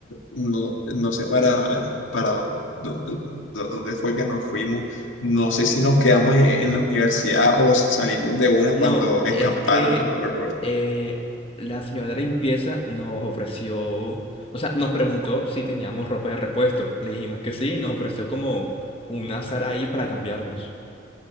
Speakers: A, on the left (about 85°); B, on the left (about 30°).
A: no, no sé para, para dónde, dónde- dónde fue que nos fuimos. No sé si nos quedamos en, en la universidad o salimos de una
B: No,
A: cuando escamparan,
B: es que
A: no recuerdo.
B: eh, la señora de la limpieza nos ofreció, o sea, nos preguntó si teníamos ropa de repuesto. Le dijimos que sí, nos ofreció como un azar ahí para cambiarnos.